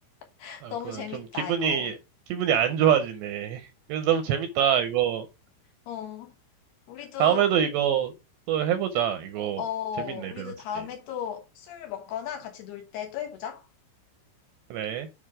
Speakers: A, on the left (about 65°); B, on the right (about 80°).
A: <laughs>
B: 아,
A: 너무
B: 그러네.
A: 재밌다,
B: 좀 기분이,
A: 이거.
B: 기분이 안 좋아지네. 그래서 너무 재밌다, 이거.
A: 어, 우리도,
B: 다음에도 이거 또 해보자. 이거
A: 어,
B: 재밌네,
A: 우리도
B: 밸런스
A: 다음에
B: 게임.
A: 또 술 먹거나 같이 놀 때 또 해보자.
B: 그래.